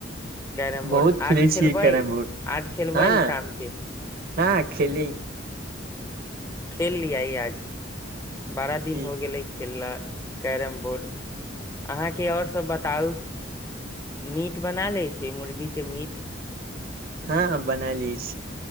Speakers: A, on the left (about 15°); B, on the right (about 50°).
A: कैरम बोर्ड
B: बहुत खेलै
A: आज खेलबह
B: छियै कैरम बोर्ड
A: आज खेलब
B: हँ
A: ह शामके
B: हँ खेल
A: खेलेल लइ आज बारा दिन
B: ठीक
A: हो गेलै खेलला कैरम बोर्ड अहाँके आओर सब बताउ मीट बना लै छी मुर्गी के मीट <unintelligible>
B: हँ बना लिय छी